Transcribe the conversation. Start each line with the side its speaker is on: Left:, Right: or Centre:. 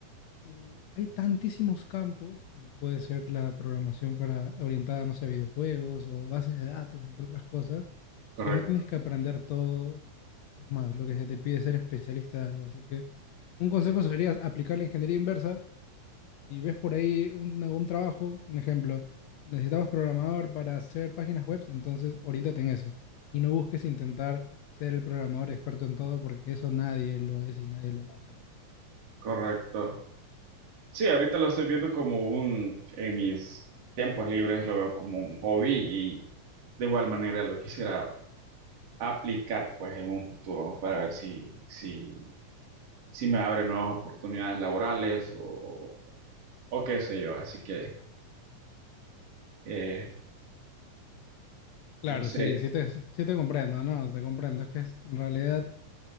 Left: el- hay tantísimos campos, como puede ser la programación para, orientada, no sé, a videojuegos o bases de datos, entre otras cosas,
Right: correcto,
Left: que no tienes que aprender todo. Es más, lo que se te pide es ser especialista de algo. Así que un consejo sería aplicar la ingeniería inversa y ves por ahí un, un trabajo, un ejemplo, necesitamos programador para hacer páginas web, entonces oriéntate en eso. Y no busques intentar ser el programador experto en todo, porque eso nadie lo es y nadie lo va a hacer.
Right: correcto. Sí, ahorita lo estoy viendo como un... En mis tiempos libres lo veo como un hobby y de igual manera lo quisiera aplicar pues en un futuro para ver si, si, si me abre nuevas oportunidades laborales o, o qué sé yo, así que... eh,
Left: Claro,
Right: no sé.
Left: sí, sí te, sí te comprendo, no, te comprendo. Es que es, en realidad,